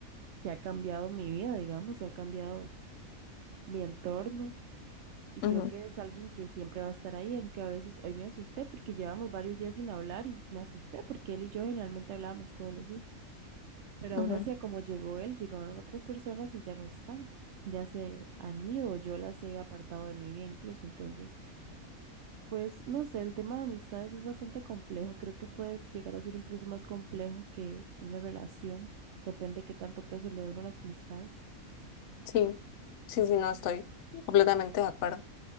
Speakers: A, on the right; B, on the left.
A: que ha cambiado mi vida, digamos, y ha cambiado mi entorno. Y
B: Ujú,
A: creo que es alguien que siempre va a estar ahí, aunque a veces hoy me asusté porque llevamos varios días sin hablar y me asusté porque él y yo generalmente hablábamos todos los días. Pero aún
B: ujú.
A: así, a como llegó él, llegaron otras personas y ya no están. Ya se han ido, yo las he apartado de mi vida incluso. Entonces, Pues no sé, el tema de amistades es bastante complejo. Creo que puedes llegar a ser incluso más complejo que una relación. Depende de qué tanto peso le dé uno a las amistades.
B: Sí, sí, sí, no estoy completamente de acuerdo.